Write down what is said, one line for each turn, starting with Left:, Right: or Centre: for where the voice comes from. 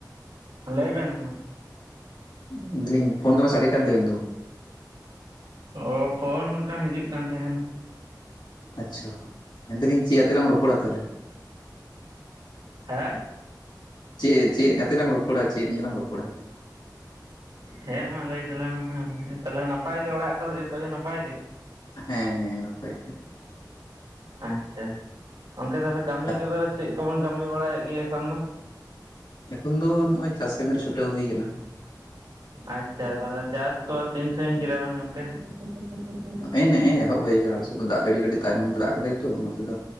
Right: ᱞᱟᱹᱭ ᱵᱮᱱ ᱢᱟ᱾
Left: ᱢᱮᱱᱮᱫᱟᱞᱤᱧ ᱯᱷᱳᱱ ᱫᱚᱢᱮ ᱥᱟᱰᱮ ᱠᱟᱱ ᱛᱟᱵᱮᱱ ᱫᱚ᱾
Right: ᱚ ᱯᱷᱳᱱ ᱢᱤᱫᱴᱟᱝ ᱦᱤᱡᱩᱜ ᱠᱟᱱ ᱛᱟᱦᱮᱱ᱾
Left: ᱟᱪᱪᱷᱟ ᱢᱮᱱᱮᱫᱟᱞᱤᱧ ᱪᱮᱫ ᱟᱛᱮ ᱞᱟᱝ ᱨᱚᱯᱚᱲᱟ ᱛᱟᱦᱚᱞᱮ᱾
Right: ᱦᱮᱸ
Left: ᱪᱮᱫ ᱪᱮᱫ ᱟᱛᱮ ᱞᱟᱝ ᱨᱚᱯᱚᱲᱟ ᱪᱮᱫ ᱱᱤᱭᱟᱹ ᱞᱟᱝ ᱨᱚᱯᱚᱲᱟ᱾
Right: ᱦᱮᱸ ᱢᱟ ᱞᱟᱹᱭ ᱛᱟᱞᱟᱝ ᱟᱢ ᱜᱮ, ᱛᱟᱦᱞᱮ ᱱᱟᱯᱟᱭ ᱜᱮ ᱚᱲᱟᱜ ᱠᱚᱨᱮ ᱡᱚᱛᱚ ᱜᱮ ᱱᱟᱯᱟᱭ ᱜᱮ᱾
Left: ᱦᱮᱸ ᱦᱮᱸ ᱱᱟᱯᱟᱭ ᱜᱮ᱾
Right: ᱟᱪᱪᱷᱟ, ᱜᱚᱝᱠᱮ ᱛᱟᱦᱚᱞᱮ ᱠᱟᱹᱢᱤ
Left: ᱟᱪᱪᱷᱟ
Right: ᱠᱚᱫᱚ ᱪᱮᱫ ᱠᱚᱵᱮᱱ ᱠᱟᱹᱢᱤ ᱵᱟᱲᱟᱭᱮᱫ ᱜᱮᱭᱟ ᱮᱠᱷᱚᱱ ᱫᱚ᱾
Left: ᱮᱠᱷᱚᱱ ᱫᱚ ᱱᱚᱜᱚᱭ ᱪᱟᱥ ᱠᱟᱹᱢᱤ ᱨᱮ ᱪᱷᱩᱴᱟᱹᱣ ᱦᱩᱭ ᱟᱠᱟᱱᱟ᱾
Right: ᱟᱪᱪᱷᱟ ᱛᱟᱦᱚᱞᱮ ᱪᱟᱥ ᱠᱚ ᱥᱟᱸᱜᱤᱧ ᱠᱮᱫᱟ ᱵᱮᱱ ᱜᱚᱝᱠᱮ᱾ <inaudible>
Left: ᱮ ᱱᱮᱜᱼᱮ ᱮᱦᱚᱵ ᱦᱩᱭ ᱟᱠᱟᱱᱟ ᱟᱞᱮ ᱥᱮᱫ ᱫᱚ ᱫᱟᱜ ᱡᱟᱹᱲᱤ ᱠᱟᱹᱴᱤᱡ ᱛᱟᱭᱱᱚᱢ ᱛᱮ ᱫᱟᱜ ᱠᱟᱫᱟᱭ ᱛᱚ ᱱᱚᱛᱮ ᱫᱚ᱾